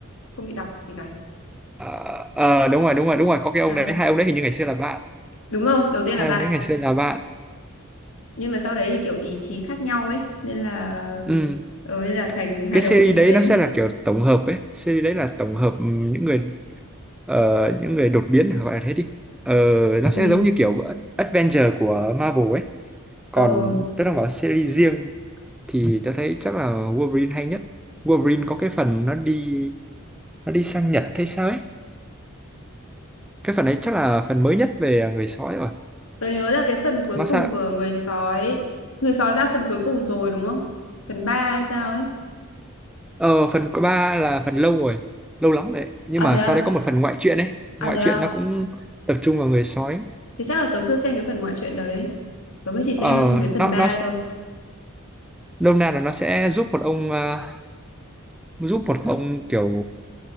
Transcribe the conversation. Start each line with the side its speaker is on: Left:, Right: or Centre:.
Left: không bị đọc thì phải
Centre: ờ, ờ, đúng rồi đúng rồi đúng rồi có cái ông
Left: đó
Centre: đấy hai ông đấy hình như ngày xưa là bạn
Left: đúng rồi đầu tiên
Centre: hai
Left: là bạn
Centre: ông đấy ngày xưa là bạn
Left: nhưng mà sau đấy thì kiểu ý chí khác nhau ấy nên là
Centre: ừ.
Left: ờ nên là thành hai
Centre: cái
Left: đầu
Centre: series
Left: chiến
Centre: đấy
Left: tuyến
Centre: nó sẽ là kiểu tổng hợp ấy series đấy là tổng hợp ừ, những người ờ, những người đột biến gọi là thế đi ờ, nó sẽ
Left: ừ
Centre: giống như kiểu Adventure của Marvel ấy còn
Left: ờ
Centre: tớ đang bảo series riêng thì tớ thấy chắc là Wolverine hay nhất Wolverine có cái phần nó đi nó đi sang Nhật hay sao ấy cái phần ấy chắc là phần mới nhất về người sói rồi
Left: tôi nhớ là cái phần cuối
Centre: nó
Left: cùng
Centre: sao
Left: của người sói người sói ra phần cuối cùng rồi đúng không phần 3 hay sao ấy
Centre: ờ phần có ba là phần lâu rồi lâu lắm rồi đấy. nhưng
Left: À
Centre: mà
Left: thế
Centre: sau
Left: à?
Centre: đấy có một phần ngoại truyện ấy
Left: À
Centre: ngoại
Left: thế
Centre: truyện
Left: à?
Centre: nó cũng tập trung vào người sói
Left: Thế chắc là tớ chưa xem cái phần ngoại truyện đấy. Tớ mới chỉ xem
Centre: ờ
Left: đến phần
Centre: nó
Left: ba
Centre: nó
Left: thôi.
Centre: nôm na là nó sẽ giúp một ông ờ, giúp một ông kiểu